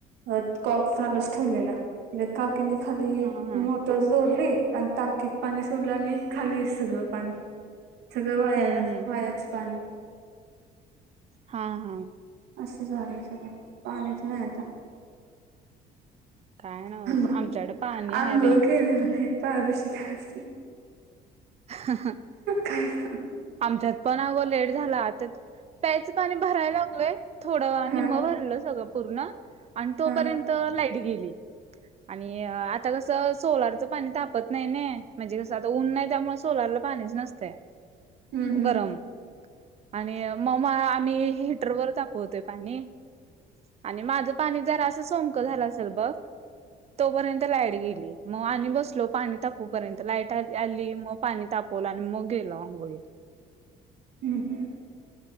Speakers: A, on the right; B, on the right.
A: अगं कॉक चालूच ठेवलेला नी काकींनी खाली
B: हा हा हम्म
A: मोट तो जोडली आणि टाकीत पाणी सोडलं आणि खाली सगळं पाणी. सगळं वायाला
B: हम्म
A: वायाचं पाणी.
B: हा हा.
A: असं झालय सगळं पाणीच न्हाय आता.
B: काय नव्हच
A: हो
B: आमच्याकडे पाणी आहे
A: अंघोळ
B: बे
A: केली न्हाय पारोशीच हाईस.
B: <inaudible>
A: काय <unintelligible>
B: आमच्यात पण अगं लेट झाला त्यात प्यायचं पाणी भराय लागलोय. थोडं
A: हा
B: निम्म भरलं सगळं पूर्ण आणि तोपर्यंत
A: हा
B: लाईट गेली. आणि आता कसं सोलार च पानी तापत नाई ने, म्हणजे कसं आता उन नाई त्यामुळ सोलारला‌ पाणीच नसतंय
A: हम्म हम्म
B: गरम. आणि म मा -आमी हिटर वर तापवतोय पाणी. आणि माझं पाणी जरा असं सोंकं झालं असेल बघ तोपर्यंत लाईट गेली. म आणि बसलो पाणी तापोपर्यंत लाईट आली आली म पाणी तापवलं म गेलो आंघोळीला.
A: हम हम